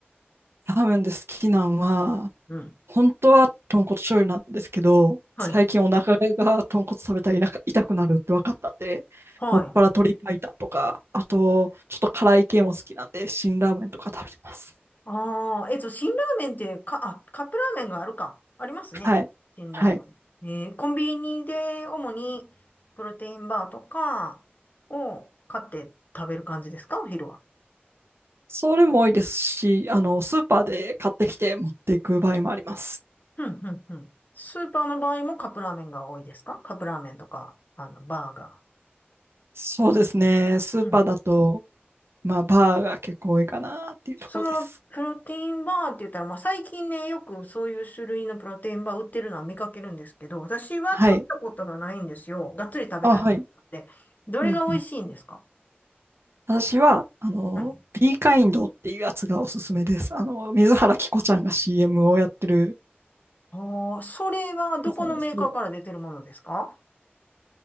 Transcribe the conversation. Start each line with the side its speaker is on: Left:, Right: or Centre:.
Right: ラーメンで好きなんは、
Left: うん。
Right: 本当は豚骨醤油なんですけど、
Left: はい。
Right: 最近お腹が豚骨食べたら痛か痛くなるって分かったんで、
Left: はい。
Right: もっぱら鶏白湯とか、あと、ちょっと辛い系も好きなんで、辛ラーメンとか食べてます。
Left: ああ、えっと、辛ラーメンって、か、あ、カップラーメンがあるか。ありますね。
Right: はい。
Left: 辛ラーメン。
Right: はい。
Left: えーコンビニで主にプロテインバーとかを買って食べる感じですかお昼は。
Right: それも多いですし、あの、スーパーで買ってきて持っていく場合もあります。
Left: うん、うん、うん。スーパーの場合もカップラーメンが多いですかカップラーメンとか、あの、バーガ
Right: そうですね。スーパーだと、
Left: ー。うん
Right: まあ、バーが結構多いかなっていうところです。
Left: そのプロテインバーって言ったら、まあ最近ね、よくそういう種類のプロテインバー売ってるのは見かけるんですけど、私は食べたことがないんですよ。
Right: はい。
Left: がっつり食べたいので。
Right: あ、はい。
Left: どれが美味しいんですか
Right: うんうん私は、あの、
Left: はい
Right: ビーカインドっていうやつがおすすめです。あの、水原希子ちゃんが CM をやってる
Left: ああそれはどこのメーカーから出てるものですか
Right: やつなんですけど、